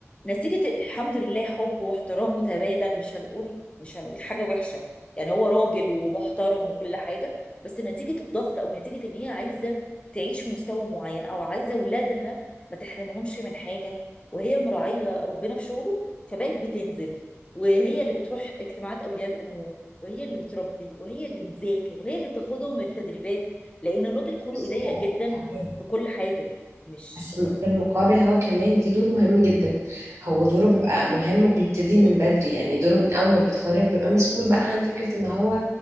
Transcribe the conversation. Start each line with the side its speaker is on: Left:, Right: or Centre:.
Left: نتيجه الحمد لله حب واحترام متبادل مش هنقول مش هنقول حاجه وحشه يعني هو راجل ومحترم وكل حاجه بس نتيجه الضغط او نتيجه ان هي عايزه تعيش في مستوى معين او عايزه اولادها ما تحرمهمش من حاجه وهي مراعيه ربنا في شغله فبقت بتنزل وهي اللي بتروح اجتماعات اولياء الامور وهي اللي بتربي وهي اللي بتذاكر وهي اللي بتاخدهم التدريبات لان الراجل خلقه
Right: بصي
Left: ضيق
Right: هو
Left: جدا
Right: تمام
Left: في كل حاجه مش
Right: بس م- بالمقابل هو كمان ليه دور مهم جدا هو دوره بيبقى مهم وبيبتدي من بدري يعني دوره من أول ما بيتخرج بيبقى مسؤول بقى عن فكرة إن هو